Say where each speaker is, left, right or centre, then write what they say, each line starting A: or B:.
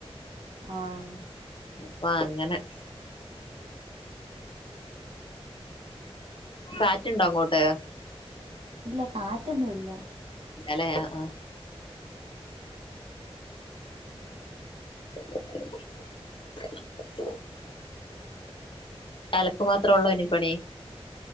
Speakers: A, on the right; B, on the left.
A: ആഹ്.
B: അപ്പ അങ്ങനെ. ഹ് കാറ്റ് ണ്ടോ അങ്ങോട്ട്?
A: ഇല്ല കാറ്റൊന്നു ല്ല.
B: ഇലേ ആഹ്അ. <inaudible> അലക്ക് മാത്രോള്ളൂ ഇനി പണി.